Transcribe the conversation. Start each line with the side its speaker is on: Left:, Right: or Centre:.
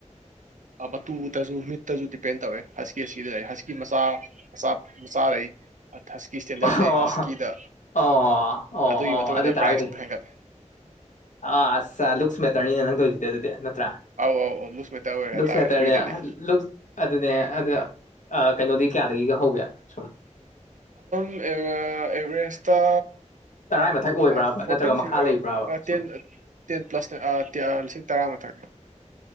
Right: ꯑ ꯃꯇꯨꯗꯁꯨ ꯃꯤꯠꯇꯁꯨ ꯗꯤꯄꯦꯟ ꯇꯧꯋꯦ ꯍꯁꯀꯤ ꯑꯁꯤꯗ ꯂꯩ ꯍꯁꯀꯤ ꯃꯆꯥ ꯃꯆꯥ ꯃꯆꯥ ꯂꯩ ꯊꯁꯀꯤ ꯁ꯭ꯇꯦꯟꯗꯔꯠ
Left: ꯑꯣ
Right: ꯂꯩ ꯍꯁꯀꯤꯗ
Left: ꯑꯣ ꯑꯣ
Right: ꯑꯗꯨꯒꯤ
Left: ꯑꯣ
Right: ꯃꯇꯨꯡ
Left: ꯑꯗꯨ
Right: ꯏꯟꯅ
Left: ꯇꯥꯔꯒꯗꯤ
Right: ꯄ꯭ꯔꯥꯏꯖꯁꯨ ꯍꯦꯟꯒꯠꯂꯦ
Left: ꯑ ꯁ ꯂꯨꯛꯁ ꯃꯦꯠ ꯌꯥꯔꯅꯤꯅꯦ ꯅꯪ ꯇꯧꯁꯤꯗꯤ ꯑꯗꯨꯗꯤ ꯅꯠꯇ꯭ꯔꯥ
Right: ꯑꯧ ꯑꯧ ꯑꯧ ꯂꯨꯖ ꯃꯦꯇꯔ ꯑꯣꯏꯔꯦ
Left: ꯂꯨꯛꯁꯁ꯭ꯋꯦꯇꯔꯅꯦꯕ
Right: ꯍꯥꯏꯇꯥꯔꯦ ꯍꯨꯏꯗꯗꯤ
Left: ꯂꯨꯛꯁ ꯑꯗꯨꯅꯦꯕ ꯅꯪ ꯑꯗꯨ ꯑꯥ ꯀꯩꯅꯣꯗꯤ ꯀꯌꯥꯗꯒꯤꯒ ꯍꯧꯒꯦ ꯁꯨꯝ
Right: ꯑꯥ ꯑꯦꯕꯔꯦꯁꯇꯥ
Left: ꯇꯔꯥꯏ ꯃꯊꯛ ꯑꯣꯏꯕ꯭ꯔꯕ
Right: ꯑꯁ ꯐꯣꯔꯇꯤꯟ
Left: ꯅꯠꯇ꯭ꯔꯒ ꯃꯈꯥ
Right: ꯁꯤꯛ
Left: ꯂꯩꯕ꯭ꯔꯕ
Right: ꯑꯛ
Left: ꯁꯨꯝ
Right: ꯇꯦꯟ ꯇꯦꯟ ꯄ꯭ꯂꯁꯅꯦ ꯑꯥ ꯑꯥ ꯂꯤꯁꯤꯡ ꯇꯔꯥ ꯃꯊꯛ